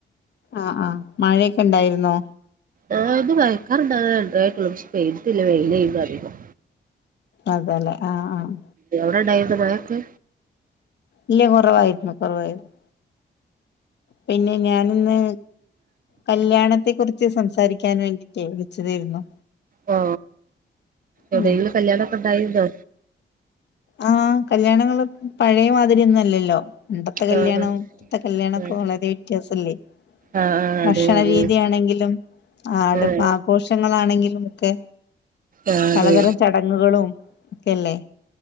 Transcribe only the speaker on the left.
ആഹ് ആഹ് മഴയെക്കെ ഉണ്ടായിരുന്നോ
അതല്ലെ ആഹ് ആഹ്
ഇല്ല കുറവായിരുന്നു കുറവായിരുന്നു പിന്നെ ഞാനൊന്ന് കല്യാണത്തെ കുറിച്ച് സംസാരിക്കാൻ വേണ്ടിട്ടേ വിളിച്ചതായിരുന്നു
ഉം
ആ കല്യാണങ്ങള് പഴയമാതിരി ഒന്നുല്ലല്ലോ മുമ്പത്തെ കല്യാണം
പ്പത്തെ കല്യാണക്കെ
വളരെ വ്യത്യാസല്ലേ
ഭക്ഷണരീതിയാണെങ്കിലും
ആട്
ആഘോഷങ്ങളാണെങ്കിലും ഒക്കെ
പലതരം ചടങ്ങുകളും ഒക്കെല്ലേ